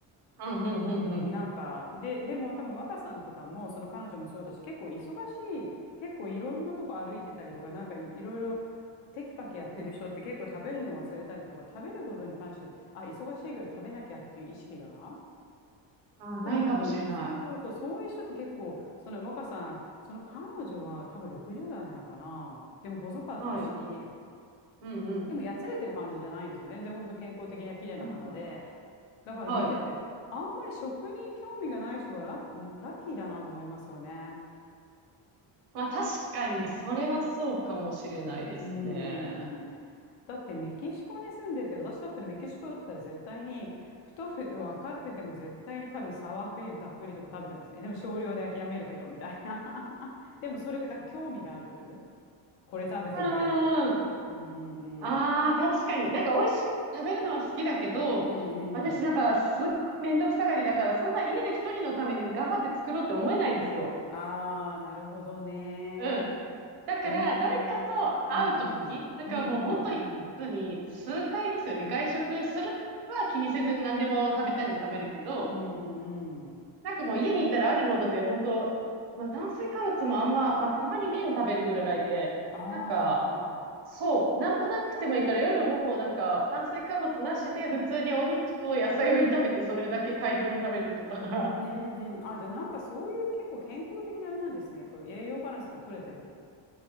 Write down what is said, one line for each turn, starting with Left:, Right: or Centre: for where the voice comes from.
Right: うんうんうんうん。
Left: うん、なんか、で、でも多分若さんとかも、その彼女もそうだし、結構忙しい、結構いろんなとこ歩いてたりとか、なんかい、いろいろテキパキやってる人って結構食べるの忘れたりとか、
Right: うん。
Left: 食べることに関して、あ、忙しいけど食べなきゃっていう意識が、
Right: ああ、ないかもしれない。
Left: 多分ないそうそうそう、そういう人って結構、その若さん、その彼女は多分60代なのかな。でも細かったし、
Right: はい。うんうん。
Left: でも、やつれてる感じじゃないですよ。全然本当健康的な綺麗な方で。
Right: うんうん。
Left: だから見てて、
Right: はい。
Left: あんまり食に興味がない人はラッ、ラッキーだなと思いますよね。
Right: まあ確かに、それはそうかもしれないですね。
Left: うーん。だってメキシコに住んでて、私だったらメキシコだったら絶対に太るの分かってても絶対に多分サワークリームたっぷりとか食べてますね。
Right: うん。
Left: でも少量で諦めるけど、みたいな。<laughs> でもそれか、なんか興味があるこれ食べてみたいとか。
Right: うんうんうん。
Left: うんうんうん。
Right: ああ、確かに。なんか美味しく食べるのは好きだけど、
Left: うんうん。
Right: 私なんかすっごいめんどくさがりだから、そんな家で一人のために頑張って作ろうって思えないんですよ。
Left: ああ、なるほどね。
Right: うん。だから誰かと会うとき、
Left: へえ、うんうん、
Right: だからもう本
Left: うんうんうん、
Right: 当に数回ですよね。外食するは気にせずに何でも食べたいの食べるけど、
Left: うんうんうん。
Right: なんかもう家に行ったらあるもので、本当まあ炭水化物もあんま、まあたまに麺食べるぐらいで、
Left: あ
Right: なんか、そう、なんもなくてもいいから夜もなんか炭水化物なしで普通にお肉と野菜を炒めてそれだけ大量に食べるとか。<laughs>
Left: あ、うんうん。あ、じゃあなんかそういう結構健康的なあれなんですね。やっぱり栄養バランスが取れてる。